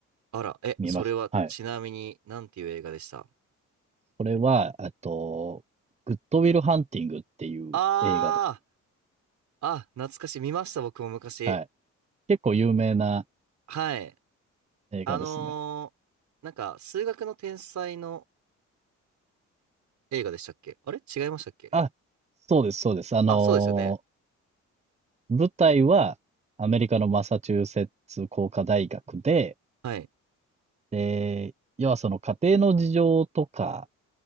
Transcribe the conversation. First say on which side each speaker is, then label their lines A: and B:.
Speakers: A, on the right; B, on the right.
A: あら、え、
B: 見ました。
A: それはちなみになんていう映画でした
B: はい。それは、えっと、グッドウィルハンティングっていう映画です。
A: あー、あ、懐かしい。見ました、僕も昔。
B: はい。結構有名な
A: はい。
B: 映画ですね。
A: あのー、なんか、数学の天才の映画でしたっけあれ違いましたっけ
B: あ、そうです、そうです。あのー
A: あ、そうですよね。
B: 舞台はアメリカのマサチューセッツ工科大学で、
A: はい。
B: で、要はその家庭の事情とか、